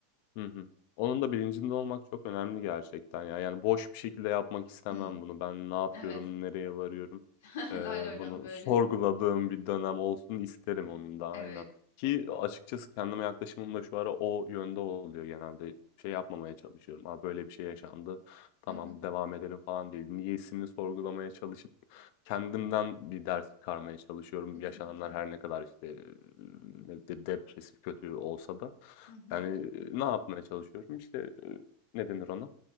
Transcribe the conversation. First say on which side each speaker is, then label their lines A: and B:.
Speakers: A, on the left; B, on the left.
A: Hı hı. Onun da bilincinde olmak çok önemli gerçekten ya. Yani boş bir şekilde yapmak istemem
B: <clears throat>
A: bunu. Ben ne yapıyorum,
B: Evet.
A: nereye varıyorum?
B: <laughs>
A: Eee,
B: Lay lay
A: bunu
B: lom böyle.
A: sorguladığım bir dönem olsun isterim onun da aynen.
B: Evet.
A: Ki açıkçası kendime yaklaşımım da şu ara o yönde oluyor genelde. Şey yapmamaya çalışıyorum. Ha böyle bir şey yaşandı. Tamam
B: Hı hı.
A: devam edelim falan değil. Niyesini sorgulamaya çalışıp Kendimden bir ders çıkarmaya çalışıyorum.
B: Kesinlikle.
A: Yaşananlar her ne kadar, işte, eee, ne de depresif, kötü olsa da.
B: Hı hı.
A: Yani, eee, ne yapmaya çalışıyorum? İşte, eee, ne denir ona?